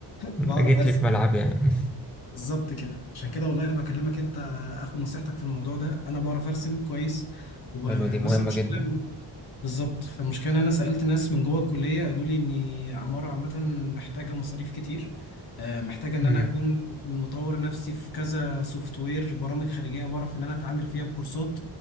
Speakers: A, on the left (about 60°); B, in the centre.
A: بعرف
B: جيت
A: ارسم
B: لي في ملعبي يعني
A: بالظبط كده عشان كده والله بكلمك انت اخد نصيحتك في الموضوع ده انا بعرف ارسم كويس وبس
B: حلو دي مهمة
A: المشكله
B: جدا
A: بالظبط فالمشكلة إن أنا سألت ناس من جوه الكلية قالوا لي إن عمارة عامة محتاجة مصاريف كتير آه، محتاجة إن
B: مم.
A: أنا أكون مطور نفسي في كذا سوفت وير برامج خارجية بعرف إن أنا أتعامل فيها بكورسات